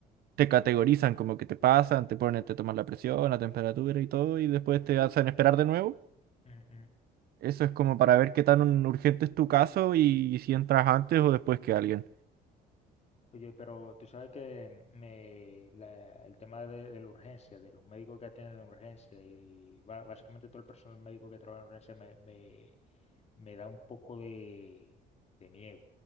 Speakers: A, on the right (about 65°); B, on the left (about 40°).
A: te categorizan como que te pasan, te ponen, te toman la presión, la temperatura y todo, y después te hacen esperar de nuevo.
B: Mm, mm.
A: Eso es como para ver qué tan urgente es tu caso y si entras antes o después que alguien.
B: Oye, pero tú sabes que me, la- el tema de, de la urgencia, de los médicos que atienden urgencia y ba- básicamente todo el personal médico que trabaja en urgencia me, me, me da un poco de, de miedo,